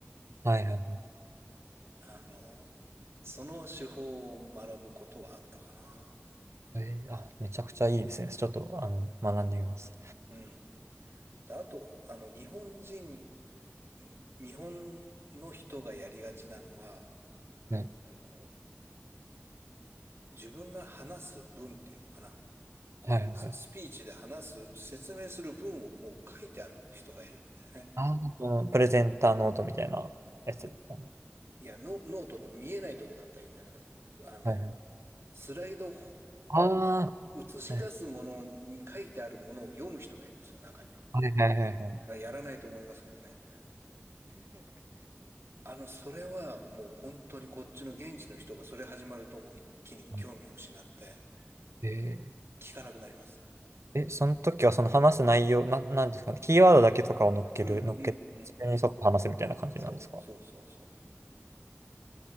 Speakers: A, on the right (about 80°); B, on the right (about 65°).
A: はいはいはいはいはいはいうんうん
B: あの、その手法を学ぶことはあったかな。
A: あーあめっちゃいいうんあはいはいはいはいうんうんはいはいはいえーあ、めちゃくちゃいいですね。ちょっと、あの、学んでみます。
B: うん。であと、あの、日本人、日本の人がやりがちなのは、
A: ね。
B: あの、自分が話す文っていうのかな。
A: はいはいはい。
B: ススピーチで話す、説明する文をもう書いてある人がいるんだよね。
A: あーあの、プレゼンターノートみたいなやつですかね。
B: いや、ノ、ノートの見えないとこだったらいいんだけど、あの、
A: はいはい。
B: スライド
A: ああ、
B: 映し出すものに書いてあるものを読む人がいるんですよ、
A: は
B: 中には。
A: いはいはいはいはい。
B: やらないと思いますけどね。あの、それはもう本当にこっちの現地の人がそれ始まるともう一気に興味を失って
A: <laughs> えー
B: 聞かなくなります。
A: え、その時はその話す内容、な、なんですかね、キーワードだけとかを乗っける、
B: うん、
A: 乗っけて、
B: うん、うん。
A: それに沿って話すみたいな感じなんですか
B: そう、そう、そう、そう。